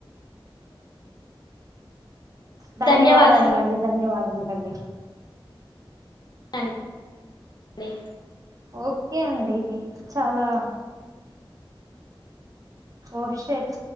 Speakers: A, on the right; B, on the left.
A: ధన్యవాదములండి
B: ధన్యవాదం
A: ధన్యవాదములండి
B: అన్ డి
A: ఓకే అండి చాలా ఓషట్